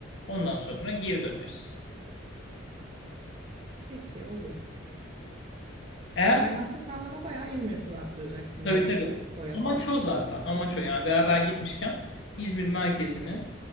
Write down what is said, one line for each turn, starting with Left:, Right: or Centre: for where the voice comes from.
Left: Ondan sonra geri döneriz.
Right: Peki olur.
Left: Eğer
Right: Yani aslında sen bana bayağı İzmir turu attıracaksın
Left: tabii
Right: bir hafta
Left: tabii.
Right: doya
Left: Amaç
Right: doya.
Left: o zaten. Amaç o. Yani beraber gitmişken İzmir merkezini